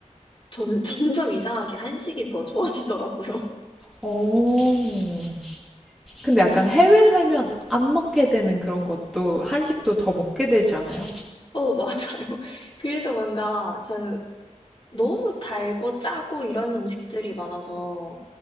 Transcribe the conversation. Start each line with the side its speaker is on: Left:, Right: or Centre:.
Left: 저는 <laughs> 점점 이상하게 한식이 더 좋아지더라고요.
Centre: 오. 근데
Left: 그,
Centre: 약간 해외 살면 안 먹게 되는 그런 것도 한식도 더 먹게 되지 않아요?
Left: 어, 맞아요. <laughs> 그래서 뭔가 저는 너무 달고 짜고 이런 음식들이 많아서